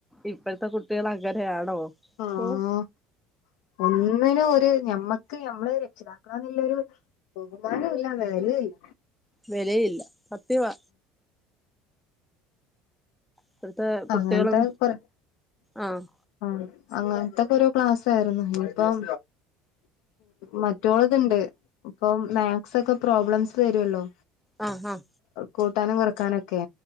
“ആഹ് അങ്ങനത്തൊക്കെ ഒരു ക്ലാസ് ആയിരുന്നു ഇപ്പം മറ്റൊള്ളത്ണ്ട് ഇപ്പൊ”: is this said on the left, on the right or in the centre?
Left